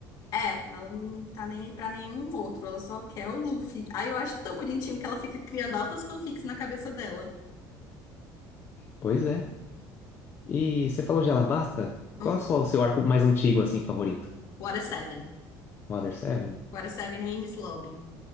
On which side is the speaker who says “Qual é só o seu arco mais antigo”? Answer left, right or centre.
Left